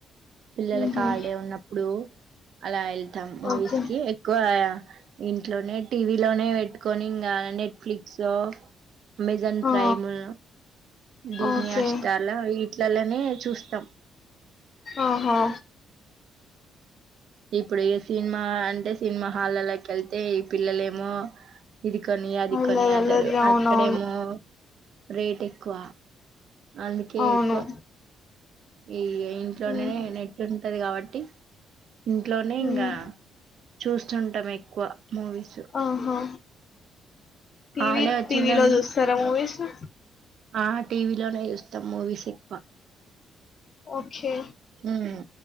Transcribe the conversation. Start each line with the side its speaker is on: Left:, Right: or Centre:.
Right: పిల్లలకి
Left: ఉహు
Right: హాలడే ఉన్నప్పుడు అలా మూవీస్
Left: ఓకే
Right: కి ఎక్కువ ఇంట్లోనే టీవీ లోనే పెట్టుకొని ఇంగా నెట్ఫ్లిక్స్ లో అమెజాన్
Left: ఆ
Right: ప్రైమ్లో డిస్నీ
Left: ఓకే
Right: హాట్ స్టార్ ల వీట్లలనే చూస్తాం.
Left: ఆహా
Right: ఇప్పుడు ఇగా సినిమా అంటే సినిమా హాల్లకి వెళ్తే ఈ పిల్లలే ఏమో ఇది కొని అది
Left: అల్లరి
Right: కొని అంటారు
Left: అల్లరి అవునవును
Right: అక్కడేమో రేట్ ఎక్కువ అందుకే
Left: అవును
Right: ఎక్కువ ఈ ఇంట్లోనే
Left: ఉమ్
Right: నెట్ ఉంటది కాబట్టి ఇంట్లోనే ఇంగా
Left: ఉమ్
Right: చూస్తుంటాం ఎక్కువ మూవీస్
Left: ఆహా టీవీ
Right: హాలిడే వచ్చిందంటే
Left: టీవీ లో చూస్తారా మూవీసు
Right: ఆ టీవీలోనే చూస్తాం మూవీస్ ఎక్కువ
Left: ఓకే
Right: ఉమ్